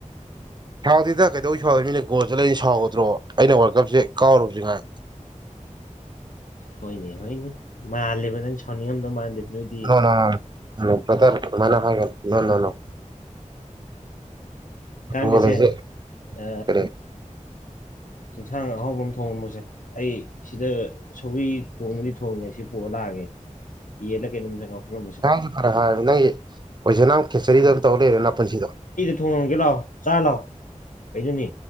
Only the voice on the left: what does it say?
ꯍꯣꯏꯅꯦ ꯍꯣꯏꯅꯦ ꯃꯥꯜꯂꯦꯕ ꯅꯪ ꯁꯥꯎꯅꯤꯡꯉꯝꯗꯧ ꯃꯥꯟꯗꯦꯕ ꯅꯣꯏꯗꯤ
ꯀꯥꯟꯗꯦꯁꯦ
ꯑ
ꯏꯟꯁꯥꯡ ꯑꯍꯥꯎꯕ ꯑꯃ ꯊꯣꯡꯉꯝꯃꯣꯁꯦ ꯑꯩ ꯁꯤꯗ ꯁꯧꯒ꯭ꯔꯤ ꯊꯣꯡꯕꯨꯗꯤ ꯊꯣꯡꯉꯦ ꯁꯤ ꯄꯨꯔ ꯂꯥꯛꯑꯒꯦ ꯑꯩ ꯌꯦꯟꯂ ꯀꯩꯅꯣꯝ <unintelligible>
ꯊꯣꯡꯉꯒꯦ ꯂꯥꯛꯑꯣ ꯆꯥ ꯂꯥꯛꯑꯣ ꯀꯩꯩꯅꯣꯅꯦ